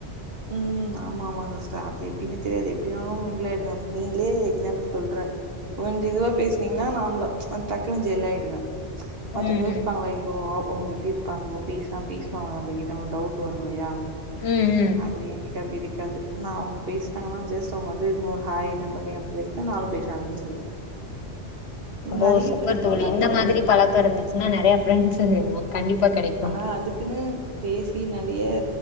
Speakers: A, on the right (about 55°); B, on the left (about 65°).
A: உம் ஆமா ஆமா சிஸ்டர் அது எப்டின்னே தெரியாது எப்படின்னாலு மிங்கிளாயிடுவே இப்ப நீங்ளே எக்ஸாம்பிள் சொல்றே கொஞ்சோ இதுவா பேசுனீங்கன்னா நார்மலா டக்குன்னு ஜெல்லாயிடுவே அதுவு
B: ம்
A: யோசிப்பாங்கள்ல
B: ம்
A: ஐயோ அவு அவங்க இப்டி இரு பாங்குலோ பேசுனா பேசுவாங்களா நம்ம கிட்ட டவுட் வரு இல்லையா
B: ம் ம்
A: அது எ கிட்ட அப்டி இருக்காது நா அவுங்க பேசிட்டாங்கன்னா ஜஸ்ட் அவுங்க வந்து நோ ஹாய் என்ன பண்றீங்க அப்டி பேசு அ நானு பேச ஆரம்பிச்சிருவே
B: மோ
A: நெறைய
B: சூப்பர்
A: ஃப்ரெண்ட்ஸ்
B: தோழி
A: இருக்காங்க
B: இந்த
A: இதனாலே
B: மாதிரி பழக்கோ இருந்துச்சுன்னா நெறயா ஃப்ரெண்ட்ஸ் <unintelligible> கெடைக்கு
A: ஆனா அதுக்குன்னு பேசி நெறய